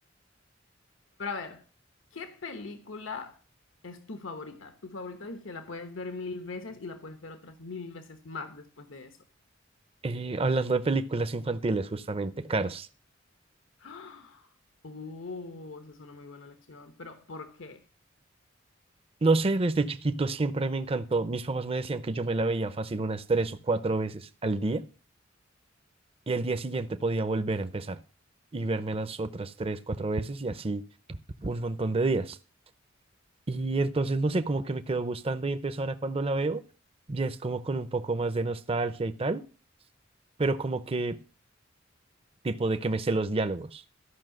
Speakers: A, on the left; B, on the right.
A: Pero a ver, ¿qué película es tu favorita? Tu favorita, dije, la puedes ver mil veces y la puedes ver otras mil veces más después de eso. <gasps>
B: Eh, hablando de películas infantiles, justamente, Cars.
A: ¡Ah! Oh, esa es una muy buena elección. Pero, ¿por qué?
B: No sé, desde chiquito siempre me encantó. Mis papás me decían que yo me la veía fácil unas tres o cuatro veces al día y el día siguiente podía volver a empezar y verme las otras tres, cuatro veces y así un montón de días. Y entonces, no sé, como que me quedó gustando y entonces ahora cuando la veo, ya es como con un poco más de nostalgia y tal, pero como que tipo de que me sé los diálogos.